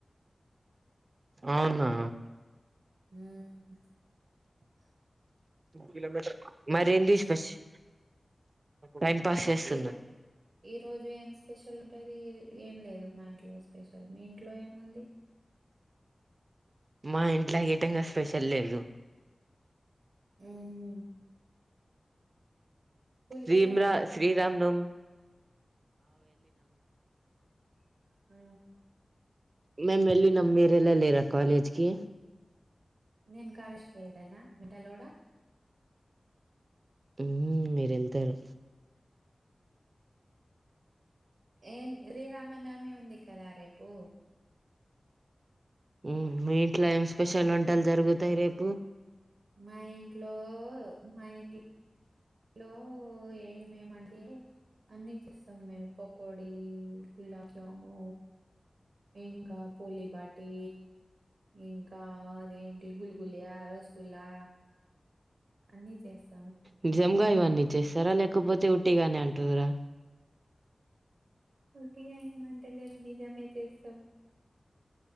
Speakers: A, on the right (about 50°); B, on the right (about 85°).
A: అవునా
B: ఉహు
A: ఆ కిలోమీటర్ మరేంది స్పెషల్
B: నువ్వు
A: టైం పాస్ చేస్తున్నా
B: ఈరో ఈ రోజు ఏం స్పెషల్ ఉంటది ఏం లేదు మా ఇంట్లో స్పెషల్ మీ ఇంట్లో ఏముంది
A: మా ఇంట్లో ఈటంగా స్పెషల్ లేదు
B: ఉహు
A: శ్రీం
B: కి వెళ్ళలేదా
A: రా శ్రీరామనవమి
B: ఆ
A: మేము ఎల్లినం మీరు వెళ్లలేరా కాలేజీకి
B: నేను కాలేజీకి వెళ్తాను మెంటలోడ
A: ఉఊ మీరు వెళ్తారు
B: ఏ శ్రీరామనవమి ఉంది కదా రేపు
A: హు మీ ఇంట్లో ఏం స్పెషల్ వంటలు జరుగుతాయి రేపు
B: మా ఇంట్లో మా ఇంట్లో ఇంట్లో ఏమేమంటే అన్ని చేస్తాము మేము పకోడి గులాబ్ జాము ఇంకా పులి బాటి ఇంకా అదేంటి గులిగులి య్య అరోజు కులా అన్నీ చేస్తా
A: నిజంగా ఇవన్నీ చేస్తారా లేకపోతే ఉట్టిగానే ఉంటారా
B: పొట్టిగా ఏమంటలేను నిజమే చేస్తాం